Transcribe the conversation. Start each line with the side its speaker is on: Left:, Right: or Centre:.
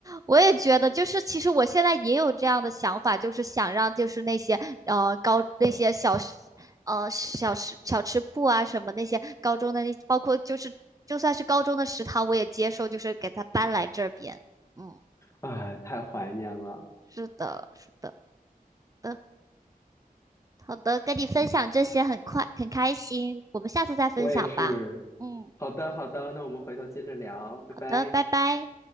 Right: 我也觉得，就是其实我现在也有这样的想法，就是想让就是那些呃高那些小吃呃小吃小吃部啊什么那些高中的那包括就是就算是高中的食堂我也接受，就是给他搬来这边。嗯，
Left: 哎，太怀念了，
Right: 是的，是的，的，好的，跟你分享这些很快很开心，我们下次再分享吧。
Left: 我也是。
Right: 嗯，
Left: 好的，好的，那我们回头接着聊，拜拜。
Right: 好的，拜拜。